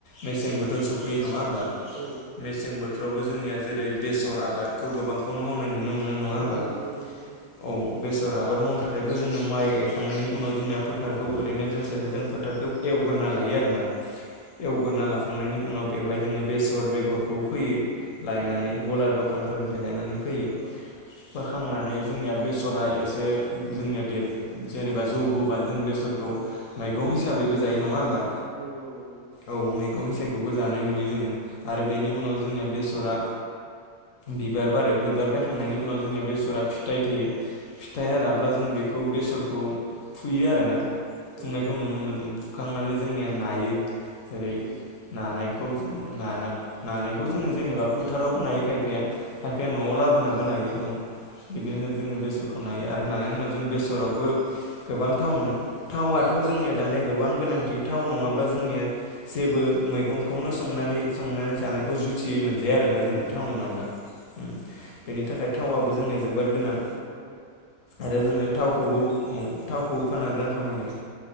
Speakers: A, on the left; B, on the right.
A: मेसें बोथोर सफैयो
B: मेसें
A: नङा
B: बोथोरनि
A: होमबा?
B: औ नोंथां
A: मेसें बो ‌ थोरावबो जोंनिया जेरै बेसर आबादखौ गोबांखौनो मावनाय नुनो मोनो नङा
B: नुनो
A: होमबा
B: मोनदों नुनो‌ मोनदों।
A: औ, बेसर आबाद मावनो थाखायबो जोङो माइ गायखांनायनि उनाव जोंना फोथारखौ ओरैनो दोन स्लायस्लाय
B: औ
A: जों फोथारखौ एवगोरना लायो आरोना। एवगोरना
B: औ
A: ला खांनायनि उनाव बेवहाय जोङो बेसर बेगरखौ फैयो लायनानै
B: औ
A: गला दखानफोरनिफ्राय लायनानै फोयो।
B: औ
A: फोखांनानै जोंनिया बे‌ सरा एसे जोंनिया देर जेनेबा जौबोबा जों बेसरखौ
B: औ
A: मैगं हिसाबैबो जायो नङा होमबा?
B: नंगौ नंगौ।
A: औ मैगं सायखौबो जानाय नुयो जोङो आरो बेनि उनाव जोंना बेसरा बिबार बारो, बिबार बायखांनायनि
B: बिबार
A: उनाव जोंनिया बेसरा फिथाइ थाइयो। फिथाइआ
B: औ
A: राब्ला जों बेखौ बेसरखौ फुयो आरोना।
B: नंगौ
A: फुंनायखौ
B: नंगौ
A: नुनो मोनो जों, फुखांनानै जोंनिया नायो जेरै
B: उम
A: नानायखौ जोङो नानाय नानायखौ जोङो जेनेबा फोथारावबो नायो खायफाया खायफाया
B: औ
A: न'आव
B: औ
A: लाबोनाबो नायो औ बिदिनो
B: उम
A: जोङो बेसरखौ नायो आरो नानायनि उनाव जों बेसरावबो गोबां थाव मोनो।
B: औ
A: थावयाथ' जोंनिया दानिया गोबां गोनांथि थाव नङाब्ला जोंनिया जेबो मैगंखौनो संनानै संनानै जानायखौ जुजि थियै मोनजाया आरोना जोनिया
B: मोनजाया
A: थाव नङाब्ला
B: औ
A: उम बेनि थाखाय थावाबो जोंनिया जोबोर गोनां।
B: औ
A: आरो
B: औ
A: जोङो
B: जेरै
A: थावखौबो औ, थावखौ फाननानै रां खामायनाय।